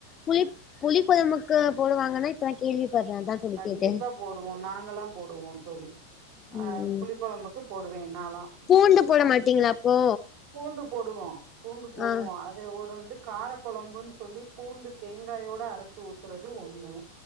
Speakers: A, on the left; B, on the right.
A: புளிப் புளிகொழம்புக்கு போடுவாங்கனா இப்ப தா கேள்விப்படுறே அதா தோழி
B: கண்டிப்பா
A: கேட்டே
B: போடுவோ நாங்கல்லா போடுவோ தோழி
A: ம்
B: ஆ புளி கொழம்புக்கு போடுவே நால்லா
A: பூண்டு போட மாட்டீங்ளா அப்போ
B: பூண்டு போடுவோம் பூண்டு போடுவோம்
A: ஆ
B: அது ஒரு வந்து கார குழம்புன்னு சொல்லி பூண்டு தேங்காயோட அரச்சு ஊத்துறது ஒண்ணு